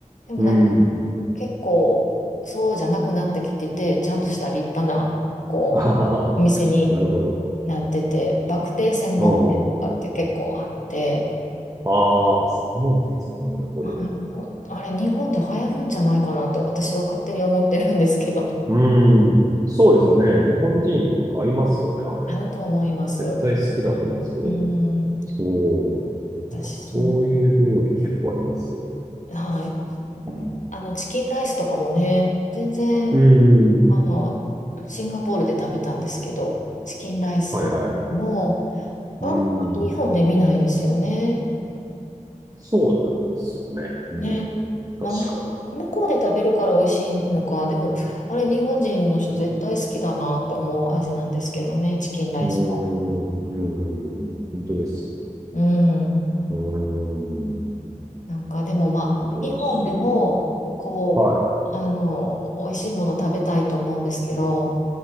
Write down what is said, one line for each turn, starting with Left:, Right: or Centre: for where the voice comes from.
Left: でもなんか
Right: うん。
Left: 結構そうじゃなくなってきてて、ちゃんとした立派なこうお店に
Right: <laughs> あははなるほど。
Left: なってて、バクテー専門店とかって結構あって、
Right: うんうんああ、専門店ですか。なるほど。
Left: あ、あれ日本で流行るんじゃないかなと私は勝手に思ってるんですけど、
Right: うーん、そうですよね。日本人合いますよね、あれ。
Left: 合うと思います。
Right: 絶対好きだと思うんですけど。
Left: うん、
Right: そう。なんかそういう料理結構ありますよね。
Left: 私そう。はい。
Right: うん。
Left: あの、チキンライスとかもね、全然、
Right: うー
Left: あの、
Right: ん。
Left: シンガポールで食べたんですけど、チキンライスも、
Right: はいはい。
Left: あんまり日本で見ないですよね。
Right: うーん。そうなんですよね。うん。
Left: ね。まあ、
Right: 確かに。
Left: 向こうで食べるから美味しいのか、でも、あれ、日本人の人絶対好きだなと思う味なんですけどね、チキンライスも。
Right: うーん。うんうんうん。本当ですね。
Left: うん。
Right: うーん。
Left: なんか、でもまあ、
Right: まだ美味しい。
Left: 日本でも、こう、
Right: はい。
Left: あの、美味しいもの食べたいと思うんですけど、